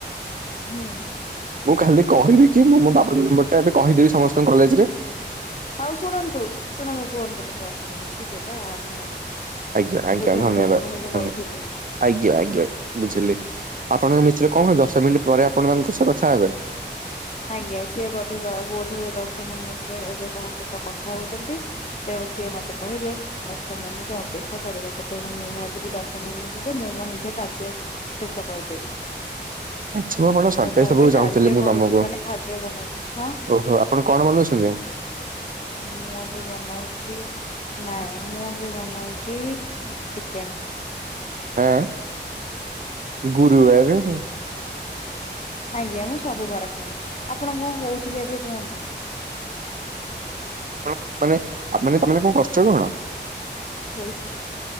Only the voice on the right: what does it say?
ମୁଁ ଖାଲି କହିବି କି ମୁଁ ମୋ ବାପ ନମ୍ବର ଟା ଏବେ କହିଦେବି ସମସ୍ତଙ୍କ କଲେଜରେ।
ଆଜ୍ଞା ଆଜ୍ଞା
ଧନ୍ୟବାଦ୍
ଧନ୍ୟବାଦ୍
ଆଜ୍ଞା ଆଜ୍ଞା ବୁଝିଲି ଆପଣ। ଆପଣ ମିଶେ କଣ କ ଦଶ ମିନିଟ ପରେ ଆପଣଙ୍କ ସହ କଥା ହେବେ।
ଆଜି ମୁଁ ସପ୍ରାଇଜ୍
ଦେବାକୁ
ଚାହୁଁଥିଲି
ମୁଁ
ତମକୁ
ଓହୋ ଆପଣ କଣ ବନୋଉଛନ୍ତୀ ଆଜ୍ଞା।
ହଁ ଗୁରୁବାର ରେ।
ଆପଣ ମାନେ ମାନେ ତମେ କଣ କରଛ କଣ